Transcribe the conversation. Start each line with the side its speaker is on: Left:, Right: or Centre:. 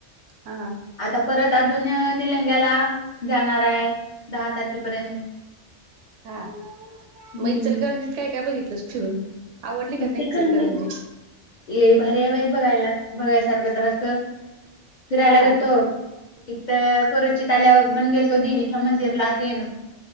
Right: हा
Left: आता परत अजून निलंग्याला जाणार आहे दहा तारखेपर्यंत <inaudible>
Right: हा
Left: हम्म
Right: मग इचलकरंजीत काय काय बघितलंस फिरून आवडली का
Left: इचलकरंजीत
Right: नाही इचलकरंजी?
Left: लय भारी आहे बाई बघायला बघायसारखं तर असं फिरायला
Right: हा
Left: गेलतो इथं कोरोचीत आल्यावर पण गेलतो देवीच्या मंदिरला तेन